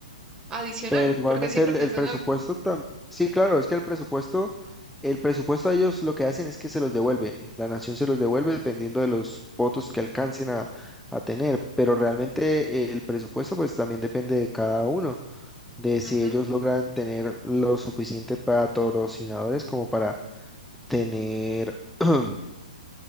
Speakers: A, on the right; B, in the centre.
A: Adicional,
B: Pero igualmente
A: porque siempre
B: el, el
A: les
B: presupuesto
A: dan algo.
B: tam- Sí, claro, es que el presupuesto, el presupuesto a ellos lo que hacen es que se los devuelve. La nación se los devuelve dependiendo de los votos que alcancen a, a tener. Pero realmente eh, el presupuesto pues también depende de cada uno, de si
A: Ujú,
B: ellos logran tener lo suficiente para patrocinadores como para tener <clears throat>